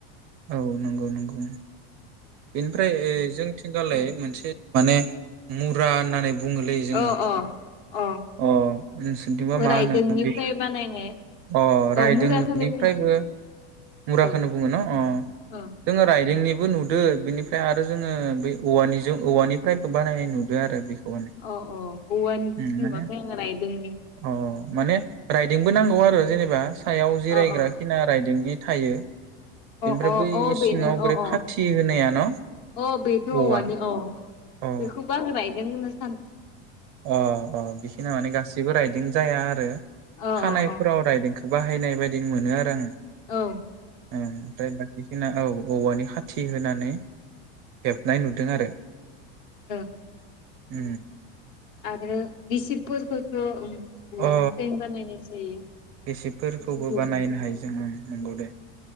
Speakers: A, on the right (about 30°); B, on the left (about 55°).
A: औ नंगौ नंगौ ओं बेनिफ्राय ए जोंथिंगालाय
B: अ
A: मोनसे माने मुरा होननानै बु बुङोलै जोङो
B: अ अ
A: अ नोंसोरनिथिं बा मा
B: रायदोंनिफ्राय
A: होनो
B: बानायनाय
A: अ
B: औ
A: राइदोंंनिफ्रायबो
B: मुराखौनो बुङो
A: मुराखौनो
B: औ
A: बुङो न अ
B: औ
A: जोङो राइदोंनि बो नुदों बेनिफ्राय आरो जोङो बे औवानिजों औवानिफ्रायबो बानायनाय नुदों आरो बेखौ माने
B: अ औ औवानिखौ
A: उम माने
B: नुवाखै आङो राइदोंनिं
A: अ माने राइदोंबो नांगौ आरो जेनेबा। सायाव जिरायग्रा
B: अ अ
A: खिना रायदिंगि थायो। बेनिफ्राय
B: अ अ
A: बै
B: अ
A: सिङाव
B: बेनो
A: बोरै
B: अ अ
A: खाथि होनाया न
B: अ बेथ औवानि
A: औवा
B: औ।
A: अ
B: बेखौबो आङो रायदों होननासो सानदोंमोन आरो।
A: अ अ बेखिनिया माने गाससिबो राइदों। जाया आरो।
B: अ
A: खानायफोराव
B: अ अ
A: रायदोंखौ बाहाय बाहायनाय बायदि मोनो आरो आङो।
B: औ
A: आमफ्राय बाखि खिनिया औ औवानि खाथि होनानै हेबनाय नुदों आरो।
B: ओं।
A: उ
B: आरो गिबिसिबफोरखौथ ओम। औवानिफ्रायनो
A: अ
B: बानायनाय जायो।
A: गिसिबफोरखौबो
B: गिसिब हेबनायफोराबो
A: बानायनो हायो जों ओं नंगौ दे